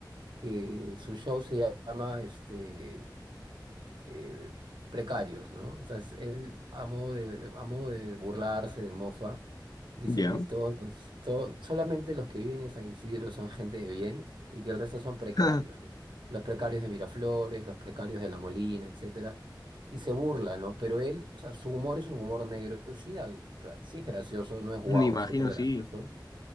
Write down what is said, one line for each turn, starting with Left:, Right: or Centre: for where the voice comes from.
Right: que su show se llama este, eh, precarios, ¿no? Entonces, él, a modo de, de- a modo de burlarse, de mofa, dice
Left: ya.
Right: que todos los, to- solamente los que viven en San Isidro son gente de bien y que el resto son precarios,
Left: <laughs>
Right: ¿no? Los precarios de Miraflores, los precarios de La Molina, etcétera. Y se burla, ¿no? Pero él, o sea, su humor es un humor negro. Sí, da- o sea, sí es gracioso, no es guau,
Left: Me imagino,
Right: súper gracioso
Left: sí.